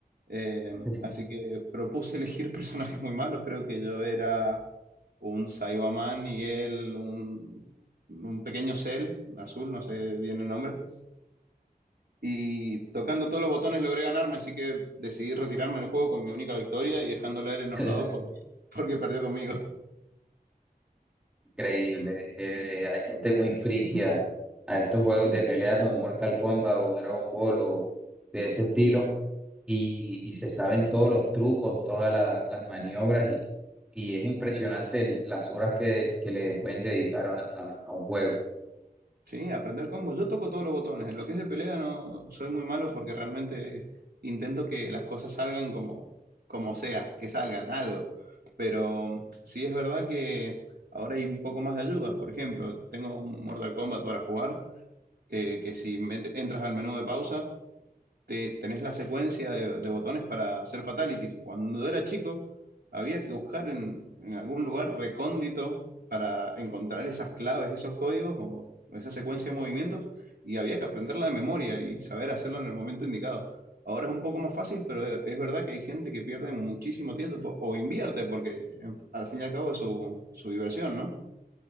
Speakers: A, on the right; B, in the centre.
A: Eh,
B: <laughs>
A: así que propuse <laughs> elegir personajes muy malos. Creo que yo era un Saibaman y él un, un pequeño Cell azul, no sé bien el nombre. Y tocando todos los botones logré ganarme, así que decidí retirarme del juego con mi única victoria y dejándole a él enojado
B: Es
A: porque, <laughs> porque perdió conmigo.
B: increíble. Eh, hay gente muy friki a, a estos juegos de pelea como Mortal Kombat o Dragon Ball o de ese estilo y, y se saben todos los trucos, todas la- las maniobras y, y es impresionante el- las horas que, que le pueden dedicar a, a- a un juego.
A: Sí, aprender combos. Yo toco todos los botones. En lo que es de pelea no soy muy malo porque realmente intento que las cosas salgan como, como sea, que salgan algo. Pero sí es verdad que ahora hay un poco más de ayudas. Por ejemplo, tengo un Mortal Kombat para jugar, eh, que si mete- entras al menú de pausa te- tenés la secuencia de, de botones para hacer fatalities. Cuando era chico, había que buscar en, en algún lugar recóndito para encontrar esas claves, esos códigos o esa secuencia de movimientos y había que aprenderla de memoria y saber hacerla en el momento indicado. Ahora es un poco más fácil, pero es verdad que hay gente que pierde muchísimo tiempo o invierte porque en- al fin y al cabo es su, su diversión, ¿no?